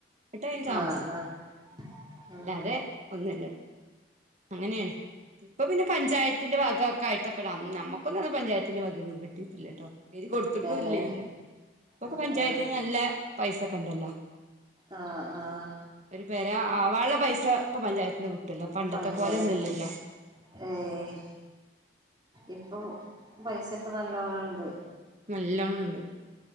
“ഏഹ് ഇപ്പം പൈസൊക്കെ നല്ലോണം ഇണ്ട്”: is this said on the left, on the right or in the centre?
Right